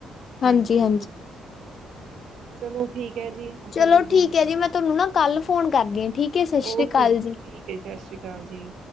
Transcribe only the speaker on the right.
ਹਾਂਜੀ। ਚਲੋ ਠੀਕ ਐ ਜੀ। ਆਪਾਂ
ਜੁੜ ਜਾਗੇ
ਓਕੇ
ਜੀ ਠੀਕ ਐ ਜੀ ਸਸ਼੍ਰੀ ਕਾਲ ਜੀ।